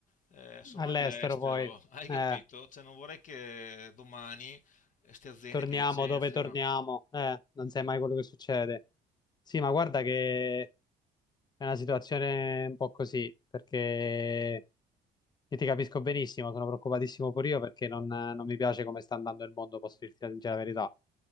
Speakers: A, on the left; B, on the left.
A: eh, sono
B: all'estero
A: all'estero,
B: poi,
A: hai
B: eh,
A: capito? Cioè non vorrei che domani queste aziende
B: torniamo
A: ti licenziano.
B: dove torniamo, eh, non sai mai quello che succede. Sì, ma guarda che è una situazione un po' così, perché io ti capisco benissimo, sono preoccupatissimo pure io perché non, non mi piace come sta andando il mondo, posso dirti la sincera verità.